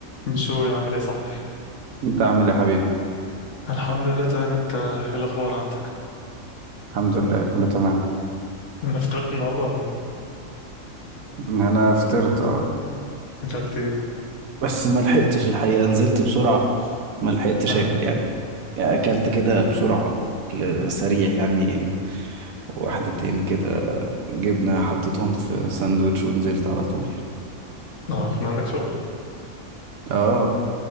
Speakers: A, on the left; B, on the right.
A: بشو يا عامل يا صاحبي
B: انت عامل ايه يا حبيبي
A: الحمد لله تمام انت ايه الاخبار عندك
B: الحمد لله كله تمام
A: انا افطرت النهارده ولا ايه
B: انا فطرت اه
A: اكلت ايه
B: بس ما لحقتش الحقيقه نزلت بسرعه ما لحقتش
A: اه
B: اكل
A: يعني
B: يعني. يعني اكلت كده بسرعه أكل سريع يعني واحدتين كده جبنه حطيتهم في ساندوتش ونزلت على طول يعني
A: اه، كان عندك شغل
B: اه